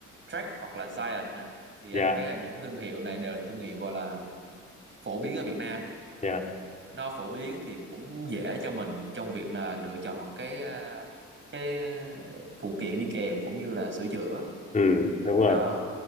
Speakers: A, on the right; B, on the left.
A: Track hoặc là Giant á thì
B: dạ,
A: anh thấy là những cái thương hiệu này đều là thương hiệu gọi là phổ biến ở Việt Nam
B: dạ.
A: nó phổ biến thì cũng dễ cho mình trong việc là lựa chọn cái à, cái à, phụ kiện đi kèm cũng như là sửa chữa
B: Ừ, đúng rồi.
A: đó